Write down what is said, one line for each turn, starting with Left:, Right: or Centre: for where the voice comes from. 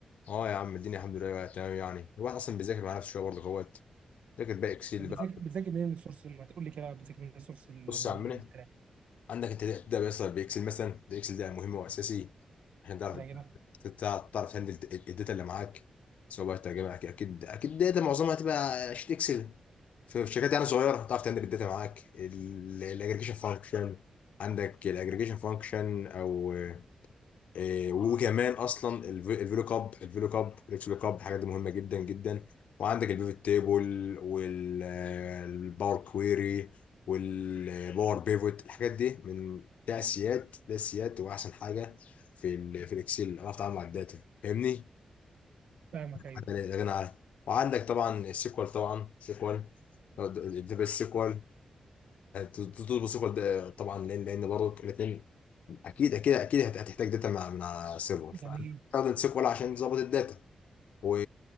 Left: اه يا عم الدنيا الحمد لله بقى تمام يعني الواحد اصلا بيذاكر مع نفسه شويه برضه اخوات ذاكر بقى اكسل
Right: طب بتذاكر
Left: بقى
Right: بتذاكر منين من سورس ما تقول لي كده بتذاكر منين من سورس التراك
Left: بص يا عمنا عندك انت تبدا بيصل باكسل مثلا ده اكسل ده مهم واساسي عشان تعرف
Right: كده كده
Left: تعرف تعرف تهندل الداتا اللي معاك سواء بقى ترجمه اكيد اكيد اكيد داتا معظمها هتبقى شيت اكسل في شركات يعني صغيره تعرف تعمل الداتا معاك الاجريجيشن فانكشن عندك الاجريجيشن فانكشن او آه، وكمان اصلا الفيلو اب الفيلو اب الاكس اب الحاجات دي مهمه جدا جدا وعندك البيفت تيبل والباور كويري والباور بيفوت الحاجات دي من تأسيات تأسيات واحسن حاجه في ال في الاكسل اعرف اتعامل مع الداتا فاهمني
Right: فاهمك ايوه
Left: حاجة لا غنى عنها وعندك طبعا سيكوال طبعا سيكوال بس سيكوال تطلب سيكوال ده طبعا لان لان برضه الاثنين اكيد اكيد اكيد هت- هتحتاج داتا مع- من على سيرفر فاستخدم
Right: جميل
Left: سيكوال عشان تظبط الداتا و...